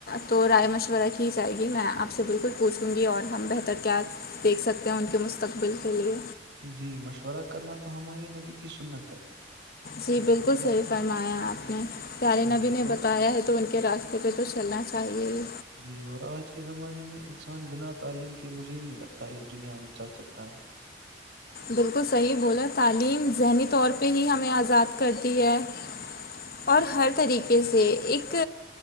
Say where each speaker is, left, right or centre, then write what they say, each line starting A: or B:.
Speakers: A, on the left; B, on the right.
A: تو رائے مشورہ کی جائے گی میں آپ سے بالکل پوچھوں گی اور ہم بہتر کیا دیکھ سکتے ہیں ان کے مستقبل کے لیے
B: جی مشورہ کرنا تو ہماری نبی کی سنت ہے
A: جی بالکل
B: یہ
A: صحیح فرمایا آپ نے قلی
B: جی
A: نبی نے بتایا
B: اور
A: ہے تو ان کے راستے پہ تو چلنا چاہیے ہی
B: جی اور آج کے زمانے میں انسان بنا تعلیم کے مجھے نہیں لگتا اس دنیا میں چل سکتا ہے
A: بالکل صحیح بولا تعلیم ذہنی طور پہ ہی ہمیں آزاد کرتی ہے اور ہر طریقے سے ایک